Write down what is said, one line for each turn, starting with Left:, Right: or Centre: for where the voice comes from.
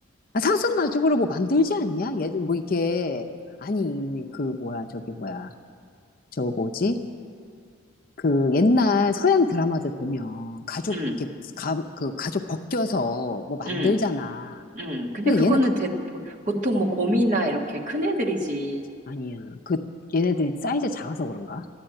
Left: 아, 사슴 가죽으로 뭐 만들지 않냐? 예전 뭐 이게 아니 그 뭐야 저기 뭐야 저 뭐지? 그 옛날 서양 드라마들 보면 가죽
Right: 음.
Left: 이렇게 가, 그 가죽 벗겨서 뭐 만들잖아.
Right: 음. 음, 근데
Left: 근데
Right: 그거는
Left: 얘는 그것
Right: 대, 보- 보통 뭐 곰이나 이렇게 큰 애들이지.
Left: 아니야. 그 얘네들이 사이즈 작아서 그런가?